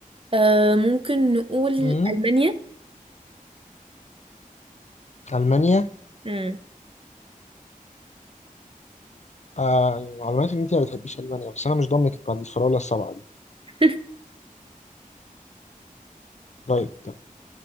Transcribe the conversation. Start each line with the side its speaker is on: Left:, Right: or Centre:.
Right: آه ممكن نقول
Left: مم.
Right: ألمانيا
Left: ألمانيا
Right: مم.
Left: آه معلوماتي إن أنت ما بتحبيش ألمانيا بس أنا مش ضامنك بعد الفراولة السبعة دي
Right: <laughs>
Left: طيب طب,